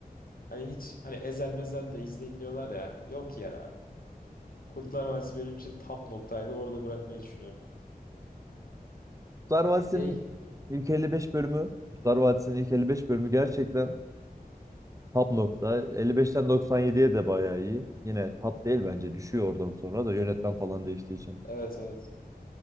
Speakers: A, on the left (about 65°); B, on the right (about 20°).
A: Hani hiç hani ezel mezel de izleyin diyorlar ya. Yok ya. Kurtlar Vadisi benim için top noktaydı. Orada bırakmayı düşünüyorum.
B: Kurtlar Vadisi'nin
A: Şey
B: ilk 55 bölümü, Kurtlar Vadisi'nin ilk 55 bölümü gerçekten top nokta. 55'ten 97'ye de bayağı iyi. Yine top değil bence düşüyor oradan sonra da yönetmen falan değiştiği için.
A: Evet evet.